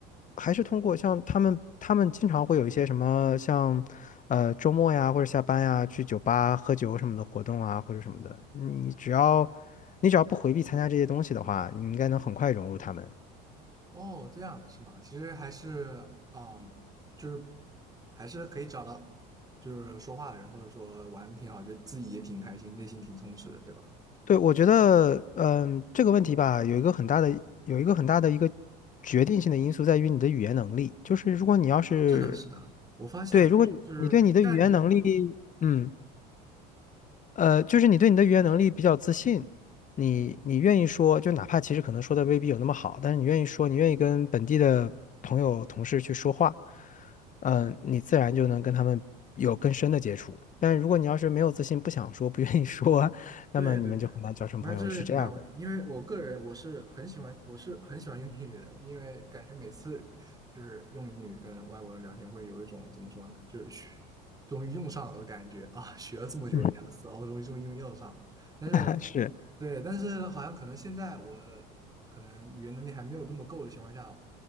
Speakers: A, on the left; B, on the right.
A: 还是通过像他们，他们经常会有一些什么像呃周末呀，或者下班呀，去酒吧喝酒什么的活动啊，或者什么的。你只要你只要不回避参加这些东西的话，你应该能很快融入他们。
B: 哦，这样的是吗？其实还是，嗯，就是还是可以找到，就是说话的人，或者说玩的挺好，就自己也挺开心，内心挺充实的，对吧？
A: 对，我觉得，嗯，这个问题吧，有一个很大的，有一个很大的一个决定性的因素在于你的语言能力。就是如果你要是，
B: 是的，是的，我发现了，
A: 对，如果你你对你的语言能力，
B: 就是在你跟，
A: 嗯。呃，就是你对你的语言能力比较自信，你你愿意说，就哪怕其实可能说的未必有那么好，但是你愿意说，你愿意跟本地的朋友同事去说话，嗯、你自然就能跟他们有更深的接触。但如果你要是没有自信，不想说，不愿意说，<laughs> 那么你们就很难交成朋友，
B: 对对对，反正这是挺大问题，
A: 是这样的。
B: 因为我个人我是很喜欢，我是很喜欢用英语的，因为感觉每次就是用英语跟外国人聊天，会有一种怎么说呢，就是学终于用上了的感觉啊，学了这么久的雅思啊，
A: 嗯，
B: 我终于终于用用上了。但是
A: <laughs> 是，
B: 对，但是好像可能现在我可能语言能力还没有这么够的情况下，